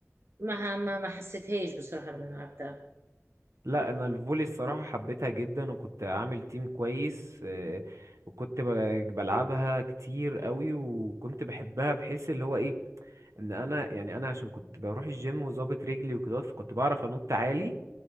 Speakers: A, on the right; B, on the right.
A: ما ما ما حسيتهاش بصراحة لما أنا لعبتها
B: لا انا الفولي الصراحه حبيتها جدا وكنت عامل تيم كويس آه، وكنت ب- بلعبها كتير قوي وكنت بحبها بحيث اللي هو ايه ان انا يعني انا عشان كنت بروح الجيم وظابط رجلي وكده فكنت بعرف انط عالي